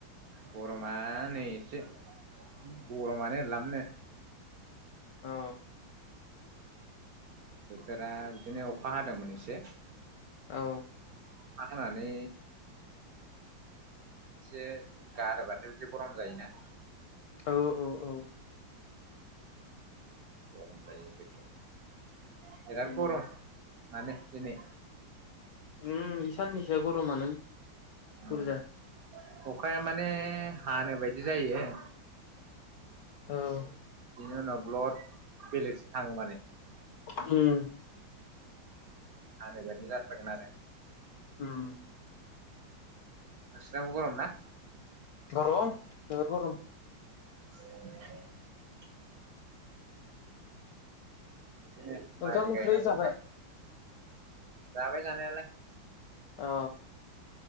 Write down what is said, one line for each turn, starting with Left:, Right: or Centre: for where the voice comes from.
Right: गरमा नै एसे गरमानो लामनो।
Left: अ
Right: बोथोरा बिदिनो अखा हादोंमोन एसे
Left: औ
Right: खा हानानै एसे गारोबाथाय बिदि गरम जायोना।
Left: औ औ औ
Right: गरम जायो <unintelligible> एराद
Left: उम
Right: गरम माने दिनै
Left: उम बे साननैसोआ गरमानो
Right: उम
Left: बुरजा
Right: अखाया माने हानो बायदि जायो
Left: औ
Right: नि उनाव ब्लद बेलेगसो थाङो माने
Left: उम
Right: हानो बादि जाथारगोन आरो।
Left: उम
Right: नोंसिनाबो गरम ना?
Left: गरम जोबोर गरम।
Right: <inaudible> बिदिनो माइ
Left: ओंखाम ओंख्रि
Right: गायनांगौ
Left: जाबाय
Right: मा जाबाय जानायालाय।
Left: अ